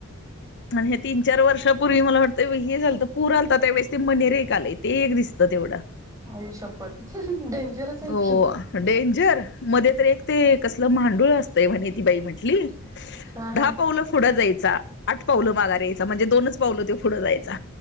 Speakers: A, on the left (about 55°); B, on the right (about 15°).
A: आणि हे तीन चार वर्षापूर्वी मला वाटतं, हे झालंत पूर आलता त्यावेळेस ते मनेरे एक आले, ते एक दिसत तेवढ.
B: आई शपथ डेंजरच आहे
A: हो
B: की
A: डेंजर मध्ये तर एक ते कसलं मांड डूळ असतेय म्हणे ती बाई म्हटली
B: हा
A: दहा
B: हा
A: पावलं पुड जायचा आठ पावलं मागार यायचा म्हणजे दोनच पावलं त्यो पुढं जायचा.